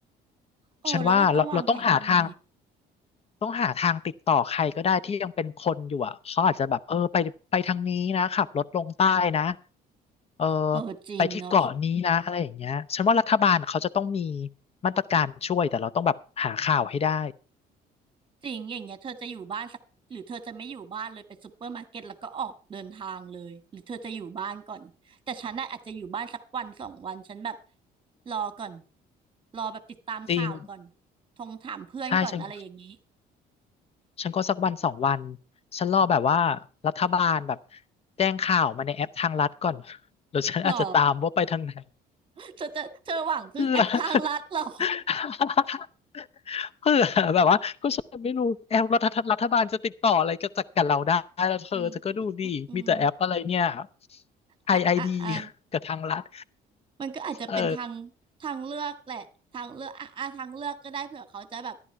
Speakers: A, on the right; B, on the left.
A: โอ้แล้วเราต้องวางแผนยังไง
B: ฉันว่าเราเราต้องหาทางต้องหาทางติดต่อใครก็ได้ที่ยังเป็นคนอยู่อ่ะเขาอาจจะแบบเออไปไปทางนี้นะขับรถลงใต้นะเออ
A: เออจริงเนาะ
B: ไปที่เกาะนี้นะอะไรอย่างเงี้ยฉันว่ารัฐบาลเขาจะต้องมีมาตรการช่วยแต่เราต้องแบบหาข่าวให้ได้
A: จริงอย่างเงี้ยเธอจะอยู่บ้านสักหรือเธอจะไม่อยู่บ้านเลยไปซูเปอร์มาร์เก็ตแล้วก็ออกเดินทางเลยหรือเธอจะอยู่บ้านก่อนแต่ฉันน่ะอาจจะอยู่บ้านสักวันสองวันฉันแบบรอก่อนรอแบบติดตามข่าวก่อน
B: จริง
A: ทงถามเพื่อนก่อนอะไรอย่างนี้
B: ใช่ฉันฉันก็สักวันสองวันฉันรอแบบว่ารัฐบาลแบบแจ้งข่าวมาในแอปทางรัฐก่อน <laughs> แล้วฉันอาจจะตามว่าไปทางไหน
A: หรอเธอจะเธอหวังพึ่งแอปทางลัดหรอ
B: เผื่อ <laughs> เผื่อแบบว่าก็ฉันไม่รู้แอปรัฐรัฐบาลจะติดต่ออะไรกับจากกับเราได้แล้วเธอเธอก็ดูดีมีแต่แอปอะไรเนี่ย
A: อืมอืมอืมอืม
B: ไอไอดี
A: อ่ะอ่ะอ่ะ
B: กับทางรัฐ
A: มันก็อาจจะเป็นทางทางเลือกแหละทางเลือกอ่ะอ่ะทางเลือกก็ได้เผื่อเขาจะแบบ
B: เออ